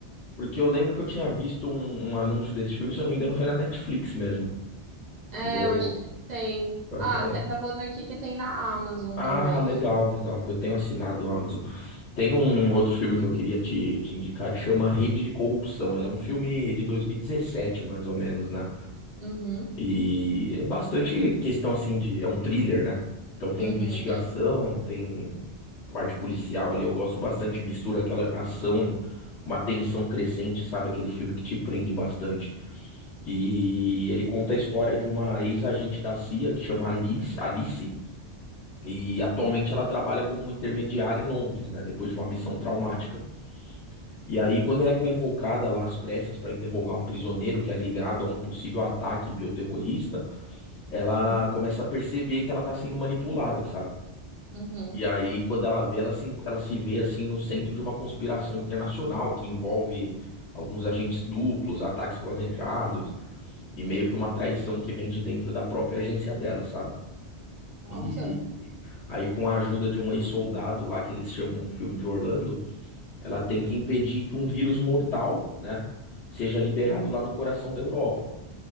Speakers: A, on the left; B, on the right.
A: Porque eu lembro que eu tinha visto um, um anúncio desse filme, se eu não me engano, foi na Netflix mesmo.
B: É,
A: E eu
B: eu acho que tem.
A: eu
B: Ah,
A: até.
B: tá tá falando aqui que tem na Amazon
A: Ah,
B: também.
A: legal, legal. Eu tenho assinado o Amazon. Tem um outro filme que eu queria te, te indicar que chama Rede de Corrupção. Ele é um filme de 2017 mais ou menos, né?
B: Uhum,
A: E é bastante questão assim de. É um thriller, né? Então tem
B: uhum,
A: investigação, tem parte policial ali. Eu gosto bastante, mistura aquela ação com uma tensão crescente, sabe? Aquele filme que te prende bastante. E ele conta a história de uma ex-agente da CIA que chama Alice, Alice. E atualmente ela trabalha como uma intermediária em Londres, né? Depois de uma missão traumática. E aí, quando ela é convocada lá às pressas para interrogar um prisioneiro que é ligado a um possível ataque bioterrorista ela
B: uhum,
A: começa a perceber que ela tá sendo manipulada, sabe?
B: uhum.
A: E aí, quando ela vê, ela se, ela se vê assim no centro de uma conspiração internacional que envolve alguns agentes duplos, ataques planejados e meio que uma traição que vem de dentro da própria agência dela, sabe?
B: Nossa,
A: E aí, com a ajuda de um ex-soldado lá que eles chamam no filme de Orlando, ela tenta impedir que um vírus mortal, né, seja liberado lá no coração da Europa.